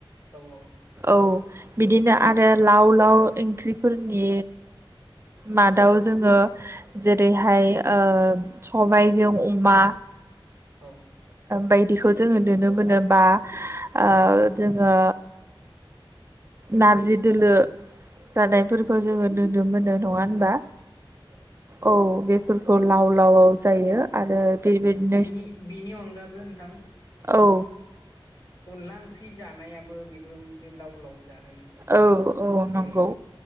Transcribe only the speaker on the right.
औ बिदिनो आरो लाव लाव ओंख्रिफोरनि मादाव जोङो जेरैहाय ओ सबायजों अमा
बायदि बेखौ जोङो नुनो मोनोबा ओ जोङो नारजि दोलो जानायफोरखौ जोङो नुनो मोनो नङा होनबा
औ बे फोरखौ लाव लावाव जायो आरो बेबायदिनो
औ
औ औ
नंगौ